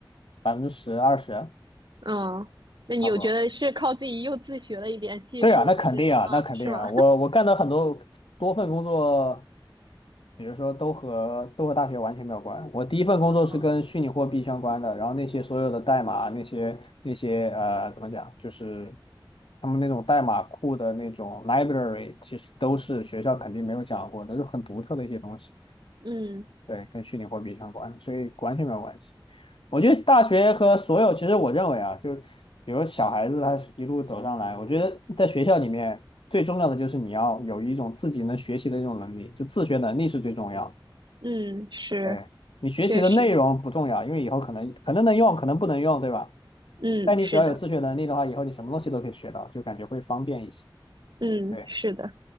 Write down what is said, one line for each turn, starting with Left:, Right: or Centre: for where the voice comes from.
Left: 百分之十二十
Right: 嗯，那你有觉得是靠自己又自学了一点技术，
Left: 差不多。对啊，那肯定啊，
Right: 还是啊，
Left: 那肯定啊，
Right: 是吗？
Left: 我我干的很多多份工作，比如说都和都和大学完全没有关。我第一份工作是跟虚拟货币相关的，
Right: <laughs>
Left: 然后那些所有的代码，那些那些呃，怎么讲，就是他们那种代码库的那种 library，其实都是学校肯定没有讲过的，就很独特的一些东西。
Right: 嗯
Left: 对，跟虚拟货币相关，所以完全没有关系。我觉得大学和所有，其实我认为啊，就比如小孩子他一路走上来，我觉得在学校里面最重要的就是你要有一种自己能学习的这种能力，就自学能力是最重要的
Right: 嗯，是，
Left: 对，你学习的内容不重要，
Right: 确实，
Left: 因为以后可能可能能用，可能不能用，对吧？
Right: 嗯，
Left: 但你只要有自学能力的话，
Right: 是的，
Left: 以后你什么东西都可以学到，就感觉会方便一些。
Right: 嗯，
Left: 对，
Right: 是的，